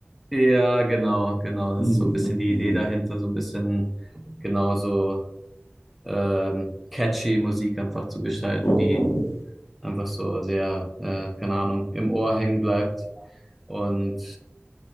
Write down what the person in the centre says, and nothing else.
ja, genau, genau.
Das ist so ein bisschen die
Idee dahinter, so ein bisschen genauso ähm, catchy Musik einfach zu gestalten,
die einfach so sehr, äh, keine Ahnung, im Ohr hängen bleibt. Und